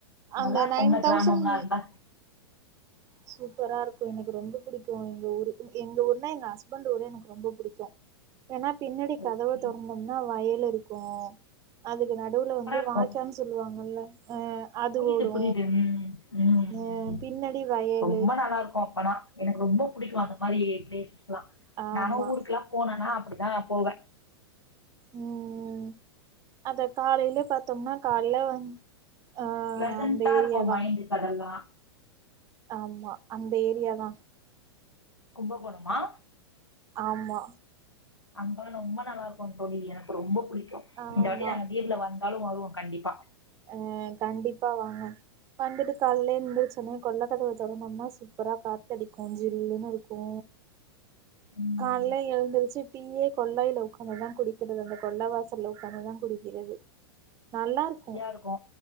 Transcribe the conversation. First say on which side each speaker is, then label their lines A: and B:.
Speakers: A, on the left; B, on the right.
A: நல்லா
B: அந்த
A: இருக்கோம்ல
B: நைன் தௌசண்ட்
A: கிராமம்லா இருந்தா
B: சூப்பரா இருக்கோ எனக்கு ரொம்ப பிடிக்கோ எங்க ஊரு எங்க ஊர்ன்னா எங்க ஹஸ்பண்ட் ஊரு எனக்கு ரொம்ப பிடிக் கு ஏன்னா பின்னாடி கதவ
A: ஓகே
B: தொறந்தோம்னா வயலு இருக்கோ அதுக்கு நடுவுல
A: சூப்பரா
B: வந்து
A: இருக்கும்
B: வாய்க்கானு சொல்லுவாங்கல்ல அ அது
A: புரியுது
B: ஓடோ
A: புரியுது ம் ம்
B: அ
A: ம்
B: பின்னாடி வயல்
A: ரொம்ப நல்லா இருக்கோ அப்பனா எனக்கு ரொம்ப பிடிக்கோ அந்த மாரி ப்ளேஸ் லா
B: ஆமா
A: நானோ ஊருக்குலா போனேனா அப்படிதா போவ
B: ம் ம் அத காலைல பாத்தோம்னா காலைல வந் ஆ
A: ப்ளசண்டா
B: அந்த ஏரியா
A: இருக்கோ
B: தா
A: மைண்டுக்கு அதல்லா
B: ஆமா அந்த ஏரியாதா
A: கும்பகோணமா
B: ஆமா
A: அங்க தா நா ரொம்ப நல்லா இருக்கும் தோழி எனக்கு ரொம்ப பிடிக்கோ
B: ஆமா
A: இந்த வாட்டி நாங்க லீவுல வந்தாலோ வருவோ கண்டிப்பா
B: அ கண்டிப்பா வாங்க வந்துட்டு காலைல எந்திறச் சொன்னே கொல்லக்கதவ தொறந் வந்தா சூப்பரா காத்தடிக்கோ ஜில்லுனு இருக்கோ
A: ம்
B: காலல எழுந்திருச்சு டீயே கொல்லைல ஒக்காந்துதா குடிக்குறது அந்த கொல்ல வாசல்ல ஒக்காந்துதா குடிக்கிறது நல்லா இருக்கோ
A: இருக்கோ